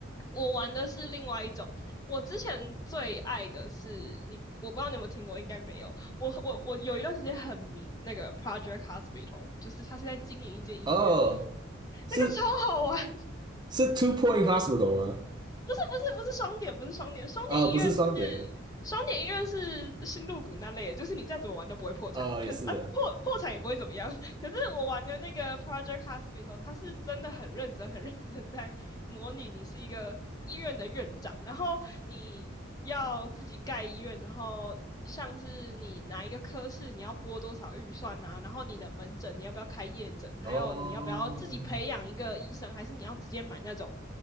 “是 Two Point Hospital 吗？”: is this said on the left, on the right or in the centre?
Right